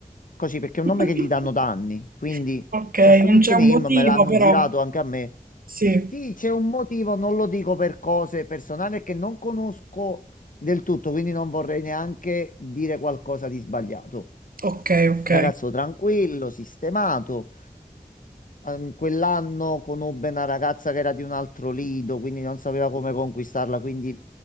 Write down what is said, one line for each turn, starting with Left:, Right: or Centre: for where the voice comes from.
Left: così perché è un
Right: <laughs>
Left: nome che gli danno da anni. Quindi
Right: Ok,
Left: c'è sto
Right: non
Left: nickname,
Right: c'è un motivo
Left: me l'hanno
Right: però.
Left: girato anche a me.
Right: Sì,
Left: Sì, c'è un motivo, non lo dico per cose personali che non conosco del tutto, quindi non vorrei neanche dire qualcosa di sbagliato.
Right: ok, ok,
Left: Ragazzo tranquillo, sistemato. Ehm, Quell'anno conobbe una ragazza che era di un altro lido, quindi non sapeva come conquistarla, quindi